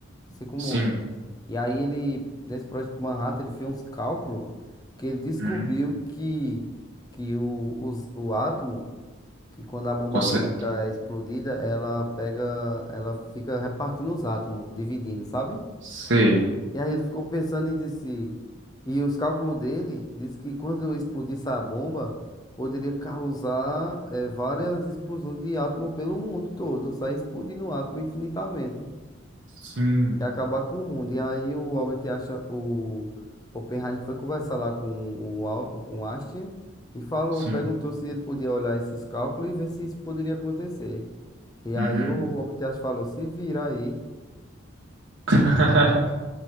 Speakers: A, on the left (about 20°); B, on the right (about 60°).
A: não sei como
B: sim.
A: é. E aí ele, nesse projeto Manhattan, ele fez uns cálculos que ele descobriu
B: Hum,
A: que, que o, os- o átomo, que quando a bomba
B: consegue.
A: atômica é explodida, ela pega, ela fica repartindo os átomos, dividindo, sabe?
B: Sei.
A: E aí ele ficou pensando e disse, e os cálculos dele diz que quando eu explodisse a bomba, poderia causar eh, várias explosões de átomo pelo mundo todo, sair explodindo o átomo infinitamente
B: Sim,
A: e acabar com o mundo. E aí o Albert Einstein, o Oppenheimer foi conversar lá com o, Al- com o Einstein e falou,
B: sim.
A: perguntou se ele podia olhar esses cálculos e ver se isso poderia acontecer. E aí
B: Uhum.
A: o Albert Einstein falou, se vira aí.
B: <laughs>